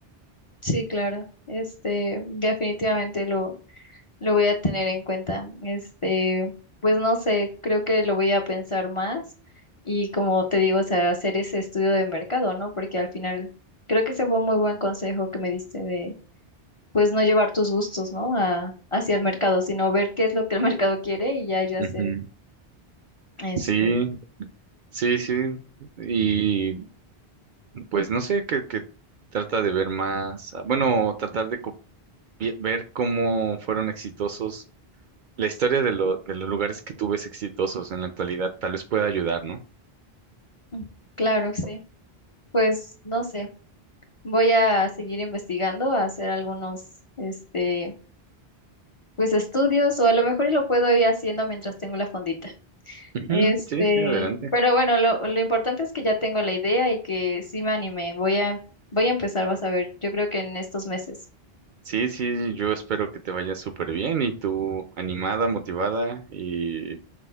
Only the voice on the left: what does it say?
Sí, claro. Este, definitivamente lo, lo voy a tener en cuenta. Este, pues no sé, creo que lo voy a pensar más y como te digo, o sea, hacer ese estudio de mercado, ¿no? Porque al final creo que ese fue un muy buen consejo que me diste de, pues no llevar tus gustos, ¿no? A, hacia el mercado, sino ver qué es lo que el <laughs> mercado quiere y ya yo hacer.
Este,
mm, claro, sí. Pues no sé, voy a seguir investigando, a hacer algunos, este pues estudios o a lo mejor y lo puedo ir haciendo mientras tengo la fondita.
Este,
pero bueno, lo, lo importante es que ya tengo la idea y que sí me animé. Voy a, voy a empezar, vas a ver, yo creo que en estos meses.